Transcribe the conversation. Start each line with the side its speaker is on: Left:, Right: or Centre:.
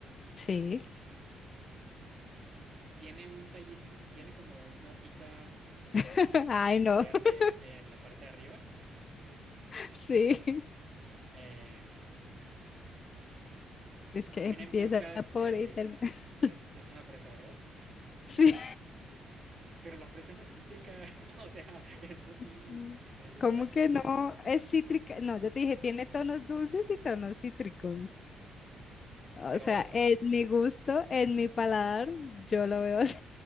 Left: Sí.
Right: Tiene un tallito, tiene como una hojita em,
Left: <laughs> Ay, no.
Right: verde
Left: <laughs>
Right: en la parte de arriba.
Left: Sí.
Right: Em,
Left: Es que
Right: tiene
Left: empieza
Right: muchas...
Left: por
Right: eh,
Left: y termina. <laughs>
Right: es, es una fresa, ¿verdad?
Left: Sí.
Right: Pero la fresa no es cítrica. <laughs> O sea, eso sí,
Left: Sí.
Right: eso es
Left: ¿Cómo
Right: trampa.
Left: que no? Es cítrica. No, yo te dije, tiene tonos dulces y tonos cítricos. O
Right: Pero...
Left: sea, en mi gusto, en mi paladar, yo lo veo así.